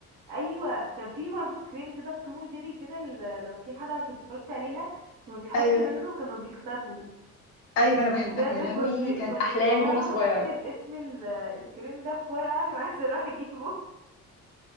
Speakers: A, on the right; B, on the left.
A: ايوه كان في برضو كريم كده في توم جيري كده ال- لو في حلقه كنت اتفرجت عليها كانوا بيحط
B: أيوة
A: منه كانوا بيختفوا
B: أيوة أنا بحبها
A: بجد
B: يا لهوي
A: كنت كنت
B: كانت أحلامي
A: بروح
B: وأنا صغيرة
A: اكتب اسم ال- الكريم ده في ورقه عشان عايزه اروح اجيبه